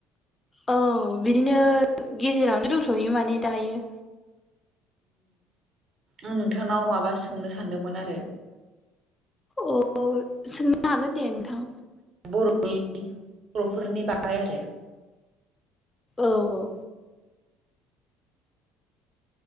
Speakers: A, on the left (about 20°); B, on the right (about 45°).
A: औ बिदिनो गेजेरावनो दोनथ'हैयो माने दायो
B: आं नोंथांनाव माबा सोंनो सानदोंमोन आरो
A: अ सोंनो हागोन दे नोंथां
B: बर' बर'फोरनि बागै आरो
A: औ औ